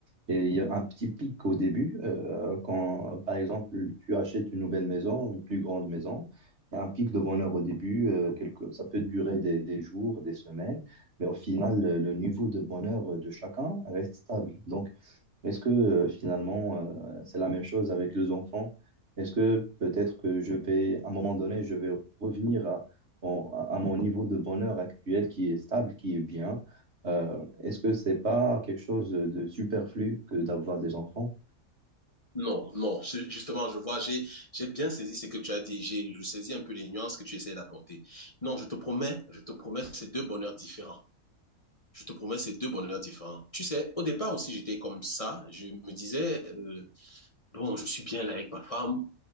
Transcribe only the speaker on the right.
Et il y a un petit pic au début, euh, quand, par exemple, tu achètes une nouvelle maison, une plus grande maison. Il y a un pic de bonheur au début, euh, quelque- ça peut durer des, des jours, des semaines, mais au final, le, le niveau de bonheur de chacun reste stable. Donc, est-ce que euh, finalement, euh, c'est la même chose avec les enfants? Est-ce que peut-être que je vais, à un moment donné, je vais revenir à, en- à mon niveau de bonheur actuel qui est stable, qui est bien? Euh, est-ce que c'est pas quelque chose de superflu que d'avoir des enfants?